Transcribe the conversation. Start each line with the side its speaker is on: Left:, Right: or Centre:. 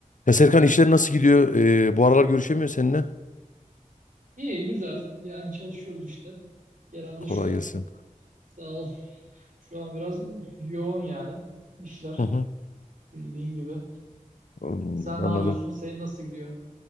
Left: Ya Serkan işler nasıl gidiyor? Ee, bu aralar görüşemiyor seninle.
Right: İyi, güzel. Yani çalışıyoruz işte. Genelde
Left: Kolay
Right: şu an
Left: gelsin.
Right: sağ ol. Şu an biraz yoğun yani işler
Left: Hı hı.
Right: bildiğin gibi.
Left: Hmm,
Right: Sen
Left: anladım.
Right: ne yapıyorsun? Senin nasıl gidiyor?